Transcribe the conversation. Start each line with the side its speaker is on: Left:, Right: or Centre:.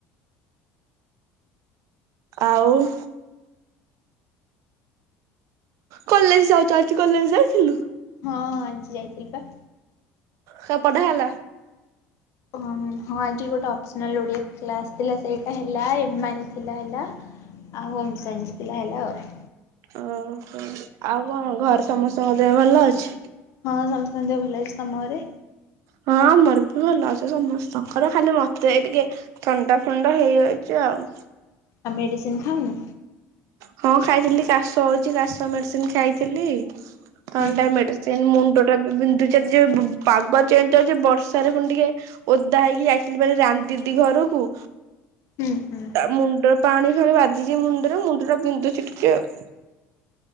Right: ଆଉ କଲେଜ୍ ଯାଉଛ ଆଜି କଲେଜ୍ ଯାଇଥିଲୁ?
Left: ହଁ ଆଜି ଯାଇଥିଲି ପା।
Right: ସବୁ ପଢା ହେଲା?
Left: ହଁ ଆଜି ଗୋଟେ ଅପ୍ସିନାଲ୍ ଓଡିଆ କ୍ଲାସ୍ ଥିଲା ସେଇଟା ହେଲା ଏମ ଆଇ ଏଲ୍ ଥିଲା ହେଲା ଆଉ ହୋମ୍ ସାଇନ୍ସ ଥିଲା ହେଲା ଆଉ।
Right: ଓହୋ ଆଉ କଣ ଘର ସମସ୍ତଙ୍କ ଦେହ ଭଲ ଅଛି?
Left: ହଁ ସମସ୍ତଙ୍କ ଦେହ ଭଲ ଅଛି ତମ ଘରେ?
Right: ହଁ ଆମର ବି ଭଲ ଅଛି ସମସ୍ତଙ୍କର ଖାଲି ମତେ ଟିକେ ଥଣ୍ଡା ଫଣ୍ଡା ହେଇଯାଇଛି ଆଉ
Left: ଆଉ ମେଡିସିନ୍ ଖାଉନୁ?
Right: ହଁ ଖାଇଥିଲି କାଶ ହଉଛି କାଶ ମେଡିସିନ୍ ଖାଇଥିଲି ଥଣ୍ଡା
Left: ହୁଁ
Right: ମେଡିସିନ୍ ସେମିତି ମୁଣ୍ଡଟାବି ବିନ୍ଧୁଛି ଆଜି ଜୋରେ ପାଗ ଚେଞ୍ଜ ହଉଛି ବର୍ଷାରେ ପୁଣି ଟିକେ ଓଦା ହେଇକି ଯାଇଥିଲି ଭାରି ରାନୀ ଦିଦି ଘରକୁ
Left: ହୁଁ ହୁଁ।
Right: ତା ମୁଣ୍ଡ ପାଣି ଫାଣି ବାଜିଛି ମୁଣ୍ଡରେ ମୁଣ୍ଡଟା ବିନ୍ଧୁଛି ଟିକେ ଆଉ